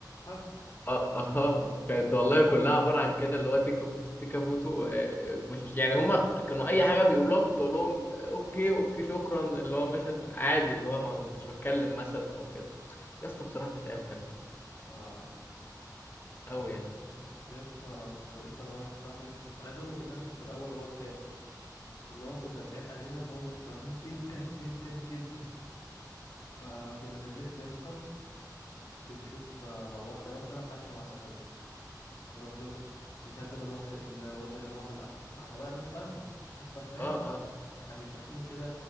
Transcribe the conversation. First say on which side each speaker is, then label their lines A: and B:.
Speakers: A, on the left; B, on the left.
A: هج
B: اه اه كانت والله كلها عباره عن كده اللي هو تيكا فوتو تيكا فوتو آه، مش يعني هم كانوا اي حاجه بيقولوها كنت اقول لهم آه، اوكي اوكي شكرا اللي هو مثلا عادي اللي هو ما ما كنتش بتكلم مثلا او كده يا اسطى بصراحه كانت ايام حلوه
A: اه
B: قوي
A: انا كنت
B: يعني
A: كنت يا اسطى كنت بلف انا واحد صاحبي انا عايز اقول لك ان انا كنت الاول وهو التاني واللي هو كنا في عين اهالينا اللي هو محترمين جدا جدا جدا فكنا بنلف يا اسطى بنشوف آه، لو واحده مثلا ماشيه مع صاحبه نروح له نكلم الواحد الواد اللي معاهم الأكل ما احنا بقى ناس فاهمه ناس فاهمانه
B: اه اه
A: احنا مش داخلين كده